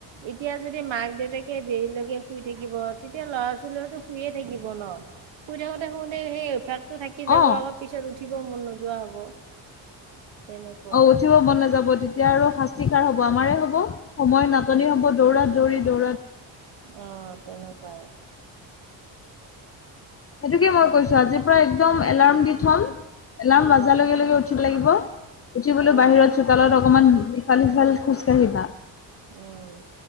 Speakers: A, on the right; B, on the left.
A: এতিয়া যদি মাক দেউতাকে। দেৰিলৈকে শুই থাকিব, তেতিয়া ল'ৰা ছোৱালীতো শুইয়ে থাকিব ন? শুই থাকোতে শুতে সেই অভ্যাসতটো থাকি
B: অ
A: যাব আকৌ পিছত উঠিব মন নোযোৱা হব, তেনেকুৱাই
B: অ উঠিব মন নাযাব তেতিয়া আৰু শাস্তি কাৰ হব আমাৰে হ'ব সময় নাটনি হ'ব দৌৰা দৌৰি দৌ।
A: অ' তেনেকুৱাই।
B: সেইটোকে মই কৈছো আজিৰ পৰা একদম এলাৰ্ম দি থ'ম। এলাৰাম
A: অ
B: বাজাৰ লগে লগে উঠিব লাগিব উঠি বোলো
A: অ
B: বাহিৰত চোতালত অকমান। ইফাল সিফাল খোজ কাঢ়িবা।
A: উম।